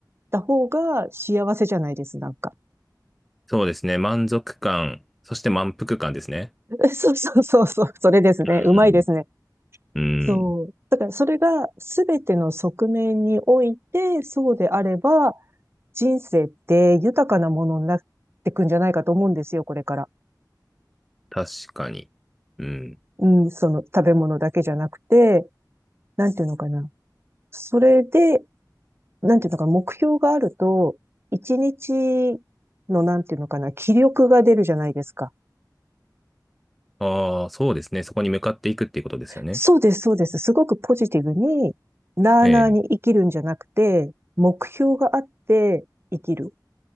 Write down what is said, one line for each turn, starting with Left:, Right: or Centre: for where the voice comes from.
Right: た方が幸せじゃないです、なんか。
Centre: そうですね。満足感、そして満腹感ですね。
Right: <laughs> そうそうそうそう。それですね。
Centre: うん
Right: うまいですね。
Centre: うん。
Right: そう。
Centre: うん。
Right: だからそれが全ての側面において、そうであれば、人生って豊かなものになってくんじゃないかと思うんですよ、これから。
Centre: 確かに。うん。
Right: うん、その食べ物だけじゃなくて、なんていうのかな。それで、なんていうのかな、目標があると、一日のなんていうのかな、気力が出るじゃないですか。
Centre: ああ、そうですね。そこに向かっていくっていうことですよね。
Right: そうです、そうです。すごくポジティブに、なあなあに生きるんじゃなくて、
Centre: ええ、
Right: 目標があって生きる。